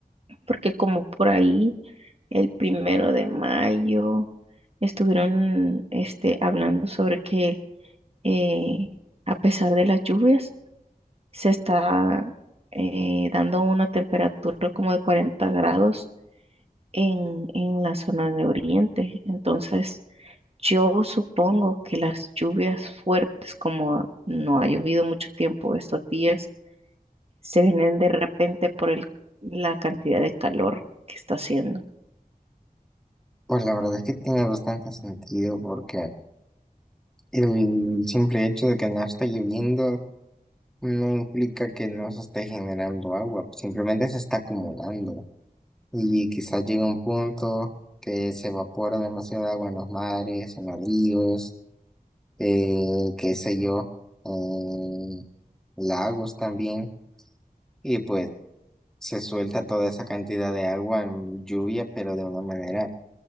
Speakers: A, on the right; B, in the centre.
A: porque como por ahí, el primero de mayo, estuvieron este, hablando sobre que eh, a pesar de las lluvias, se está eh, dando una temperatura como de 40 grados en, en la zona de Oriente. Entonces, yo supongo que las lluvias fuertes, como no ha llovido mucho tiempo estos días, se vienen de repente por el- la cantidad de calor que está haciendo.
B: Pues la verdad es que tiene bastante sentido porque el simple hecho de que no está lloviendo no implica que no se esté generando agua, simplemente se está acumulando. y quizás llegue un punto que se evapora demasiada agua en los mares, en los ríos, eh, qué sé yo, en lagos también, y pues se suelta toda esa cantidad de agua en lluvia, pero de una manera